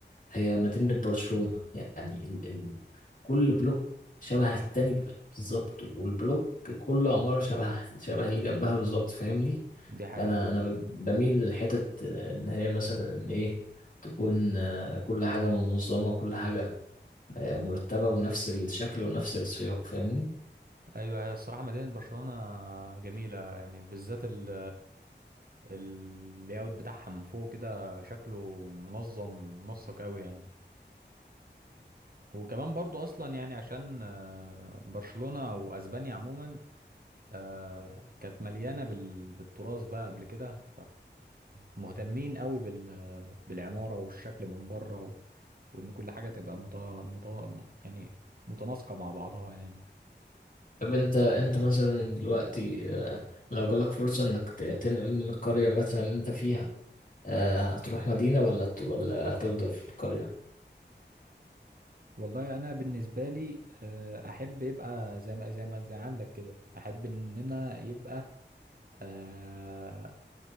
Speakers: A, on the left; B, on the right.
A: هي مدينة برشلونة يعني ال... ال... كل بلوك شبه التاني بالظبط والبلوك كل عمارة شبه شبه اللي جنبها بالظبط فاهمني
B: دي حقيقة
A: فأنا أنا ب- بميل للحتت إن هي مثلا إن إيه تكون آه، كل حاجة منظمة كل حاجة آه، مرتبة ونفس الشكل ونفس السياق فاهمني
B: أيوة هي الصراحة مدينة برشلونة جميلة يعني بالذات ال اللاyout بتاعها من فوق كده شكله منظم ومنسق أوي يعني وكمان برضو أصلا يعني عشان آه، برشلونة وأسبانيا عموما آه كانت مليانة بال... بالتراث بقى قبل كده فمهتمين قوي بال... بالعمارة والشكل من بره و... وإن كل حاجة تبقى مت... مت... يعني متناسقة مع بعضها يعني
A: طب أنت أنت مثلا دلوقتي آه، لو جالك فرصة إنك ت- تنقل من القرية مثلا اللي أنت فيها آه، هتروح مدينة ولا ت- ولا هتفضل في القرية
B: والله أنا بالنسبة لي آه، أحب يبقى زي ما زي ما زي عندك كده أحب إننا يبقى آه،